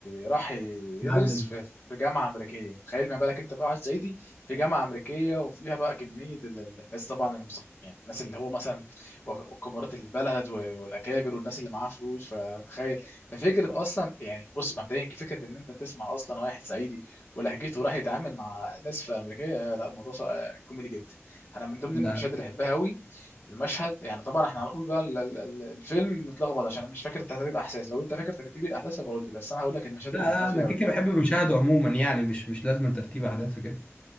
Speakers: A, on the left; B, on the left.
A: راح يدرس
B: علم
A: في... في جامعه امريكيه تخيل ما بالك انت بقى واحد صعيدي في جامعه امريكيه وفيها بقى كميه ال- ال- الناس طبعا المثقفين يعني الناس اللي هو مثلا و- كبارات البلد و- والاكابر والناس اللي معاها فلوس فتخيل ففكره اصلا يعني بص مبدئيا فكره ان انت تسمع اصلا واحد صعيدي ولهجته راح يتعامل مع ناس في امريكيه لا الموضوع ص- آه، كوميدي جدا انا من ضمن
B: لا
A: المشاهد اللي بحبها قوي المشهد يعني طبعا احنا هنقول بقى ال- ال- ال- الفيلم متلخبط عشان انا مش فاكر ترتيب احداث لو انت فاكر ترتيب الاحداث هبقول لي بس انا هقول لك المشاهد
B: لا
A: اللي
B: لا
A: بحبها فيه
B: انا كيكي
A: قوي
B: بحب المشاهده عموما يعني مش مش لازم ترتيب احداث وكده